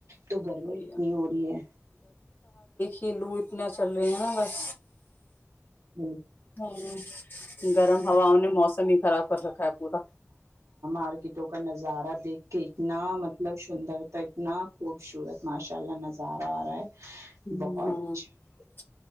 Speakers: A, on the right; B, on the left.
A: تو گرمی
B: ہوں
A: اتنی ہو رہی ہے
B: کیلو اتنا چل رہے ہیں نا بس
A: <unintelligible>
B: ہاں گرم ہواؤں نے موسم ہی خراب کر رکھا ہے پورا
A: ارے دیکھ کے اتنا ماشاءاللہ اتنا خوبصورت ماشاءاللہ نظارہ ارہا ہے
B: <unintelligible>
A: بہت اچھا